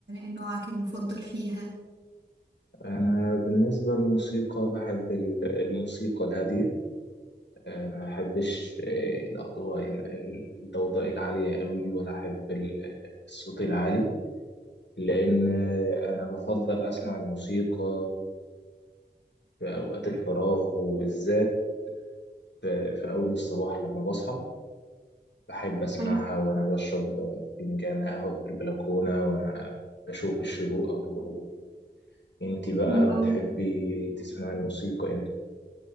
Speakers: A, on the right; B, on the left.
A: نوعك المفضل فيها
B: انا بالنسبه للموسيقى بحب ال- الموسيقى الهاديه أه، ما بحبش أه، الاضواء ال- ال- الضوضاء العاليه قوي ولا احب ال- الصوت العالي لان أه، انا بفضل اسمع الموسيقى في اوقات الفراغ وبالذات في في اول الصباح لما بصحى بحب أسمعها
A: حلو
B: وأنا بشرب فنجان قهوة في البلكونة وأنا بشوف الشروق أو الغروب أنتي بقى
A: حلو قوي
B: بتحبي تسمعي الموسيقى إمتى؟